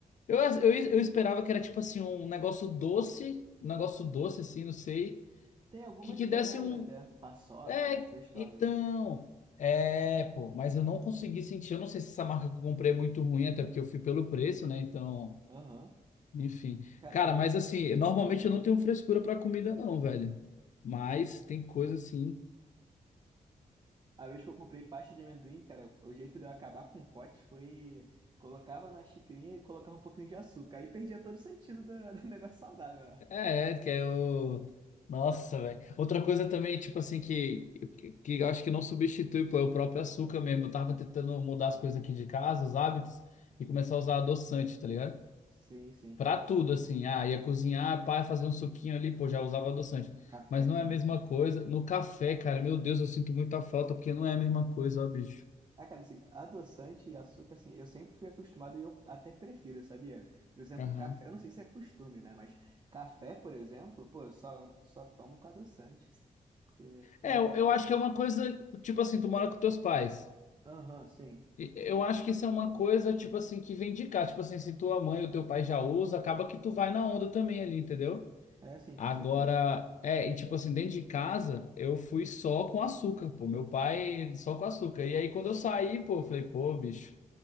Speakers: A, on the left (about 60°); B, on the right (about 30°).
A: Eu, eu, eu esperava que era tipo assim, um negócio doce, um negócio doce assim, não sei,
B: acho que- tem algumas
A: que, que
B: que
A: desse
B: lembra
A: um,
B: até, paçoca,
A: É,
B: gostosas,
A: então.
B: mas...
A: É, pô, mas eu não consegui sentir. Eu não sei se essa marca que eu comprei é muito ruim, até porque eu fui pelo preço, né? Então,
B: Aham.
A: enfim.
B: Cara,
A: Cara,
B: a vez...
A: mas assim, normalmente
B: Pode falar.
A: eu não tenho frescura pra comida, não, velho. Mas tem coisa assim.
B: A vez que eu comprei pasta de amendoim, cara, o jeito de eu acabar com o pote foi... Colocava na xicrinha e colocava um pouquinho de açúcar. Aí perdia todo o sentido do, <laughs> do negócio saudável, né?
A: É, que é o. Nossa, velho. Outra coisa também, tipo assim, que, que, que eu acho que não substitui, pô, é o próprio açúcar mesmo. Eu tava tentando mudar
B: Ah,
A: as coisas aqui de casa, os hábitos, e começar a usar adoçante, tá ligado?
B: sim, sim.
A: Pra tudo, assim. Ah, ia cozinhar, pá, fazer um suquinho ali, pô, já usava adoçante.
B: Café
A: Mas não
B: também,
A: é a mesma
B: né?
A: coisa. No café, cara, meu Deus, eu sinto muita falta, porque não é a mesma coisa, ó, bicho.
B: Ah, cara, assim, adoçante e açúcar, assim, eu sempre fui acostumado e eu até prefiro, sabia? Por exemplo,
A: Aham.
B: café, eu não sei se é costume, né? Mas café, por exemplo, pô, eu só, só tomo com adoçante, porque eu
A: É,
B: até
A: eu, eu
B: gosto.
A: acho que é uma coisa, tipo assim, tu mora com teus pais.
B: Aham, sim.
A: E Eu acho que isso é uma coisa, tipo assim, que vem de cá. Tipo assim, se tua mãe ou teu pai já usa, acaba que tu vai na onda também ali, entendeu?
B: É, sim,
A: Agora,
B: com certeza.
A: é, e tipo assim, dentro de casa, eu fui só com açúcar, pô. Meu pai só com açúcar. E aí, quando eu saí, pô, eu falei, pô, bicho.